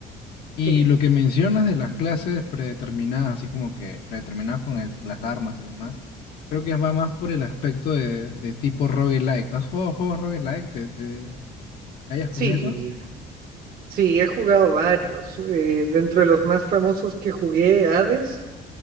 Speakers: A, on the left; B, on the right.
A: Y
B: Sí,
A: lo que mencionas de las clases predeterminadas, así como que predeterminadas con el- las armas y demás, creo que va más por el aspecto de, de tipo roguelike. ¿Te has jugado juegos roguelike? ¿Te, te, te hallas con
B: Sí,
A: esos?
B: sí, he jugado varios. Eh, dentro de los más famosos que jugué, Hades,